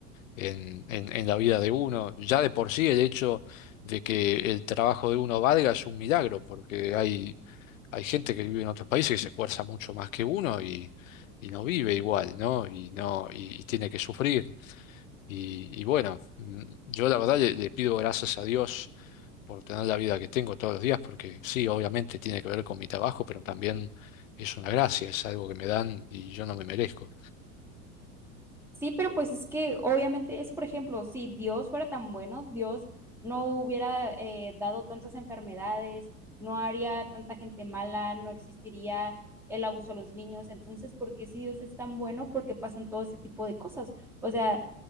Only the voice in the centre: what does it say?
Sí, pero pues es que obviamente es, por ejemplo, si Dios fuera tan bueno, Dios no hubiera eh, dado tantas enfermedades, no haría tanta gente mala, no existiría el abuso a los niños. Entonces, ¿por qué si Dios es tan bueno? ¿Por qué pasan todo ese tipo de cosas? O sea,